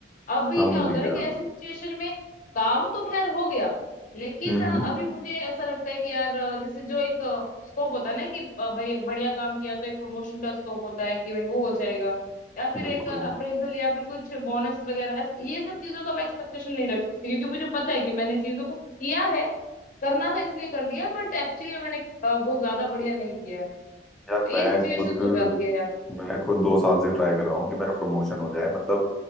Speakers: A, on the left; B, in the centre.
A: अब भी
B: समझ
A: क्या होता
B: गया
A: है ना कि ऐसी सिचुएशन में काम तो खैर हो गया लेकिन
B: हम्म
A: अ,
B: हम्म,
A: अभी मुझे ऐसा लगता है कि यार अ, जैसे जो एक स्कोप होता है ना कि अ, भाई बढ़िया काम किया तो एक प्रमोशन का स्कोप होता है कि भाई वो हो जाएगा या फिर
B: बिल्कुल
A: एक अप्रेजल या फिर कुछ बोनस वगैरह ऐस- ये सब चीजों का मैं एक्सपेक्टेशन नहीं रख सकती क्योंकि मुझे पता है कि मैंने चीजों को किया है करना था इसलिए कर दिया बट एक्चुअली मैंने अ, वो ज्यादा बढ़िया नहीं किया है तो
B: यार
A: ये
B: मैं
A: सिचुएशंस
B: खुद
A: हो जाती है यार
B: मैं खुद दो साल से ट्राई कर रहा हूँ कि मेरा प्रमोशन हो जाए मतलब